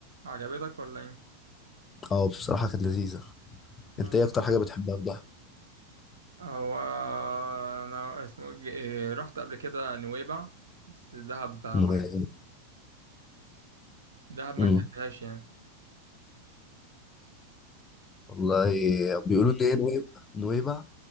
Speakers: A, on the right; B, on the left.
A: عجبتك ولا ايه
B: اه بصراحة كانت لذيذة انت
A: آه،
B: ايه اكتر حاجة بتحبها في دهب؟
A: هو انا اسمه ج- إيه، رحت قبل كده نويبع بس دهب ما
B: نويبع.
A: دهب ما
B: امم
A: نزلتهاش يعني
B: والله بيقولوا ان هي نويبع نويبع